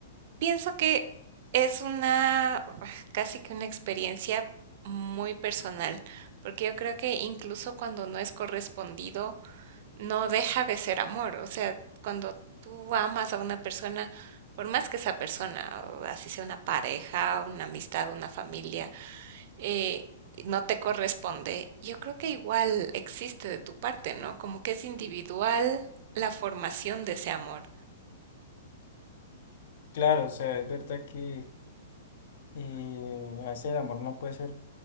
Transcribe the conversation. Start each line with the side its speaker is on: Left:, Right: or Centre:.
Right: Pienso que es una ah, casi que una experiencia muy personal, porque yo creo que incluso cuando no es correspondido, no deja de ser amor. O sea, cuando tú amas a una persona, por más que esa persona, o así sea una pareja, una amistad, una familia, eh, no te corresponde, yo creo que igual existe de tu parte, ¿no? Como que es individual la formación de ese amor.
Left: claro, o sea, es verdad que eh, hacer el amor no puede ser,